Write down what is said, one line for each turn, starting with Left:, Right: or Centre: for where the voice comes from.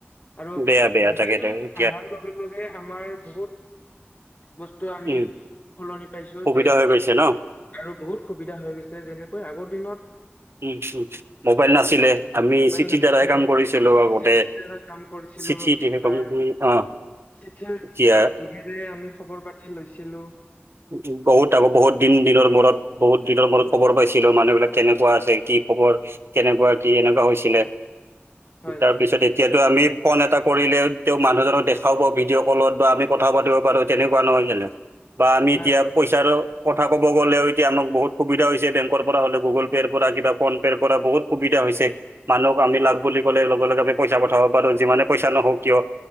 Left: আৰু
Right: বেয়া বেয়া
Left: মোবাইল
Right: তাকেতো এতিয়া
Left: অহাৰ লগে, লগে আমাৰ বহুত বস্তু আমি
Right: উম
Left: সলনি পাইছো
Right: সুবিধা
Left: যে,
Right: হৈ গৈছে ন
Left: আৰু বহুত সুবিধা হৈ গৈছে যেনেকৈ আগৰ দিনত,
Right: উম মোবাইল নাছিলে আমি
Left: মোবাইল
Right: চিঠিৰ
Left: নাছিলে
Right: দ্বাৰাই কাম কৰিছিলো
Left: আমি
Right: আগতে।
Left: চিঠি কাম কৰিছিলো
Right: চিঠি দি সেই কাম
Left: আহ।
Right: কৰি- অ
Left: চিঠিৰ
Right: এতিয়া
Left: যোগেৰে আমি খবৰ পাতি লৈছিলো।
Right: উ বহুত আকৌ বহুত দিন দিনৰ মূৰত বহুত দিনৰ মূৰত খবৰ পাইছিলো মানুহ বিলাক কেনেকুৱা আছিল। কি খবৰ? কেনেকুৱা কি এনেকুৱা হৈছিলে
Left: হয়
Right: তাৰপিছত
Left: হয়
Right: এতিয়াতো আমি ফোন এটা কৰিলে তেওঁ মানুহজনক দেখাপাও ভিডিঅ'কলত বা আমি কথাও পাতিব পাৰো তেনেকুৱা নহয় জানো। বা আমি
Left: হয়
Right: এতিয়া
Left: হয়
Right: পইচাৰ কথা ক'ব গ'লেও এতিয়া আমাক বহুত সুবিধা হৈছে বেংকৰ পৰা হ'লে গুগল পে'ৰ কৰা কিবা ফোন পে কৰা বহুত সুবিধা হৈছে। মানুহক আমি লাগ বুলি কলে লগে লগে আমি পইচা পঠাব পাৰো যিমানে পইচা নহওক কিয়।